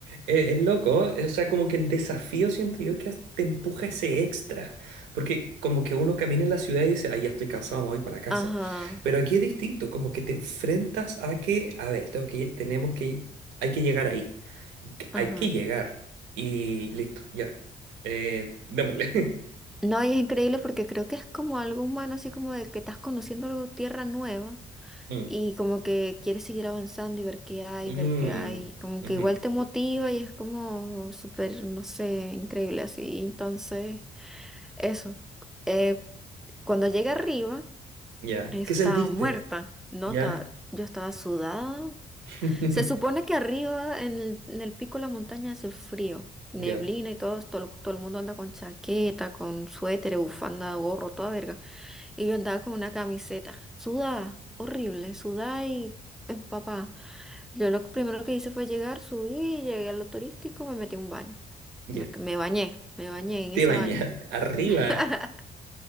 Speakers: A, on the right; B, in the centre.
A: eh, Es, loco, eh, o sea, como que el desafío siento yo que te empuja ese extra, porque como que uno camina en la ciudad y dice, ay, ya estoy cansado, me voy para casa.
B: Ajá,
A: Pero aquí es distinto, como que te enfrentas a que, a ver, tengo que ir, tenemos que, hay que llegar ahí, y que-
B: ajá.
A: hay que llegar y listo, ya, eh, démosle.
B: No, y es increíble porque creo que es como algo humano, así como de que estás conociendo algo, tierra nueva.
A: <laughs>
B: y como que quieres seguir avanzando y ver qué hay,
A: Mm,
B: ver qué hay, como
A: ujú,
B: que igual te motiva y es como súper, no sé, increíble así. Entonces, eso. Eh, cuando llegué arriba,
A: Ya.
B: eso
A: ¿Qué
B: estaba
A: sentiste?
B: muerta, ¿no?
A: Ya.
B: Ta- yo estaba sudada.
A: <laughs>
B: Se supone que arriba, en el, en el pico de la montaña, hace frío. Neblina
A: Ya,
B: y todo, todo, todo el mundo anda con chaqueta, con suéter, bufanda, gorro, toda verga. Y yo andaba con una camiseta, sudada, horrible, sudada y empapada. Yo lo primero que hice fue llegar, subí, llegué a lo turístico, me metí a un baño.
A: ya.
B: Me, me bañé, me bañé en
A: Te
B: ese
A: bañaste.
B: baño. <laughs>
A: Arriba.